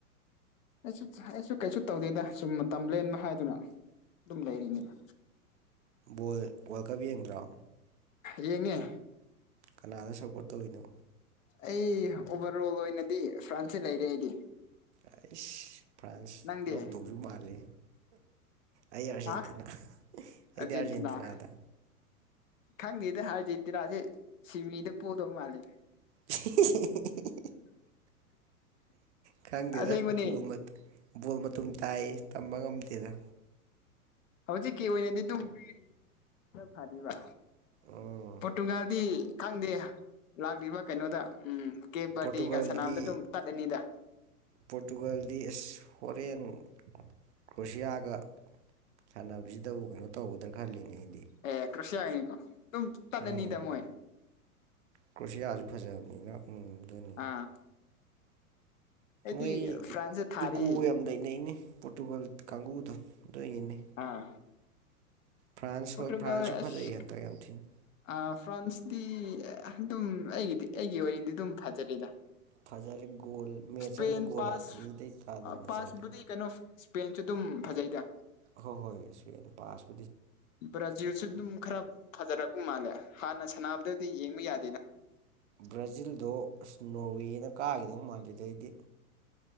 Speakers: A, on the left; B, on the right.
A: ꯑꯩꯁꯨ ꯑꯩꯁꯨ ꯀꯩꯁꯨ ꯇꯧꯗꯦꯗ ꯁꯨꯝ ꯃꯇꯝ ꯂꯦꯟꯕ ꯍꯥꯏꯗꯨꯅ ꯑꯗꯨꯝ ꯂꯩꯔꯤꯉ
B: ꯕꯣꯜ ꯕꯣꯜ ꯀꯞ ꯌꯦꯡꯗ꯭ꯔꯣ
A: ꯌꯦꯡꯉꯦ
B: ꯀꯅꯥꯗ ꯁꯞꯄꯣꯔꯠ ꯇꯧꯔꯤꯤꯅꯣ
A: ꯑꯩ ꯑꯣꯕꯔ ꯑꯣꯜ ꯑꯣꯏꯅꯗꯤ ꯐ꯭ꯔꯥꯟꯁꯁꯦ ꯂꯩꯔꯦ ꯑꯩꯗꯤ
B: ꯑꯩꯥꯏꯁ ꯐ꯭ꯔꯥꯟꯁ
A: ꯅꯪꯗꯤ
B: ꯂꯧꯗꯧꯁꯨ ꯃꯥꯜꯂꯤ ꯑꯩ ꯑꯔꯖꯦꯟꯦꯟꯇꯤꯅꯥ
A: ꯍꯥ ꯑꯥꯔꯖꯦꯟꯇꯤꯅꯥ
B: ꯑꯩꯗꯤ ꯑꯔꯖꯦꯟꯇꯤꯅꯥ ꯑꯗ
A: ꯈꯪꯗꯦꯗ ꯑꯥꯔꯖꯦꯟꯇꯤꯅꯥꯁꯦ ꯁꯤꯃꯤꯗ ꯄꯣꯗꯧ ꯃꯥꯜꯂꯤꯦꯗ
B: <unintelligible> ꯈꯪꯗꯦꯗ
A: ꯑꯁꯦꯡꯕꯅꯤ
B: ꯕꯣ ꯕꯣꯜ ꯃꯇꯨꯝ ꯇꯥꯏ ꯇꯝꯕ ꯉꯝꯗꯦꯗ
A: ꯍꯧꯖꯤꯛꯀꯤ ꯑꯣꯏꯅꯗꯤ ꯑꯗꯨꯝ ꯄꯝ ꯈꯔ ꯐꯔꯤꯕ
B: ꯎꯝ
A: ꯄꯣꯔꯇꯨꯒꯥꯜꯗꯤ ꯈꯪꯗꯦ ꯂꯥꯛꯂꯤꯕ ꯀꯩꯅꯣꯗ ꯎꯝ ꯀꯦꯕꯗꯤꯒ
B: ꯄꯣꯔꯇꯨꯒꯜꯗꯤ
A: ꯁꯅꯥꯝꯗ ꯑꯗꯨꯝ ꯇꯠꯂꯅꯤꯗ
B: ꯄꯣꯔꯇꯨꯒꯜꯗꯤ ꯍꯣꯔꯦꯟ ꯀ꯭ꯔꯣꯁꯤꯌꯥꯒ ꯁꯥꯟꯅꯕꯁꯤꯗꯕꯨ ꯀꯩꯅꯣ ꯇꯧꯒꯗ꯭ꯔꯥ ꯈꯜꯂꯤꯅꯦ ꯑꯩꯗꯤ
A: ꯑꯦ ꯀ꯭ꯁꯤꯤ ꯍꯥꯏꯅꯤꯀꯣ ꯑꯗꯨꯝ ꯇꯂꯦ
B: ꯎꯝ
A: ꯅꯅꯤꯇ ꯃꯣꯋꯦ
B: ꯀ꯭ꯔꯣꯁꯤꯌꯥꯁꯨ ꯐꯖꯕꯅꯤꯅꯗꯨꯅꯤ
A: ꯑꯥ ꯑꯩꯗꯤ
B: ꯃꯣꯏ
A: ꯐ꯭ꯔꯥꯟꯁꯇ ꯊꯥꯔꯦ
B: ꯏꯒꯨ ꯌꯥꯝ ꯂꯩ ꯂꯩꯩꯅꯤ ꯄꯣꯔꯇꯨꯒꯥꯜ ꯀꯥꯡꯒꯕꯨꯗꯣ ꯗꯅꯤ
A: ꯑꯥ
B: ꯐ꯭ꯔꯥꯟꯁ
A: ꯄꯣꯔꯇꯨꯒꯜ
B: ꯍꯣꯏ ꯐ꯭ꯔꯥꯟꯁꯁꯨ
A: ꯑꯁ
B: ꯐꯖꯩꯌꯦ ꯍꯟꯇꯛ ꯌꯥꯝ ꯊꯤꯅ
A: ꯑꯥ ꯐ꯭ꯔꯥꯟꯁꯇꯤ ꯑꯗꯨꯝ ꯑꯩꯒꯤꯗꯤ ꯑꯩꯒꯤ ꯑꯣꯏꯅꯗꯤ ꯑꯗꯨꯝ ꯐꯖꯔꯦꯗ
B: ꯐꯖꯔꯦ ꯒꯣꯜ ꯃꯦꯠꯆ
A: ꯏꯁꯄꯦꯟ
B: ꯑꯃꯗ ꯒꯣꯜ
A: ꯄꯥꯁ
B: ꯑꯅꯤꯗꯩ ꯇꯥꯗꯅ
A: ꯄꯥꯁꯕꯨꯗꯤ
B: ꯆꯜꯂꯦ
A: ꯀꯩꯅꯣ ꯏꯁꯄ꯭ꯔꯦꯟꯁꯨ ꯑꯗꯨꯝ ꯐꯖꯩꯗ
B: ꯍ ꯍꯣꯏ ꯄꯥꯁ
A: ꯭ꯔꯥꯖꯤꯜꯁꯨ ꯈꯔ ꯐꯖꯔ ꯃꯥꯜꯂꯦ ꯍꯥꯟꯅ ꯁꯥꯟꯅꯕꯗꯗꯤ ꯌꯦꯡꯕ ꯌꯥꯗꯦꯅꯦ
B: ꯕ꯭ꯔꯥꯖꯤꯜꯗꯣ ꯑꯁ ꯅꯣꯔꯋꯦꯅ ꯀꯥꯈꯤꯗꯧ ꯃꯥꯥꯟꯜꯂꯤꯗꯩꯗꯤ